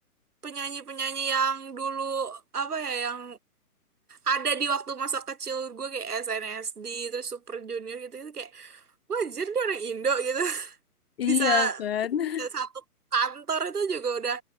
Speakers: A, on the right; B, on the left.
A: penyanyi-penyanyi yang dulu apa ya yang ada di waktu masa kecil gue kayak SNSD terus Super Junior gitu itu kayak wah anjir dia orang Indo gitu <laughs>
B: Iya
A: bisa
B: kan? <laughs>
A: bisa satu kantor itu juga udah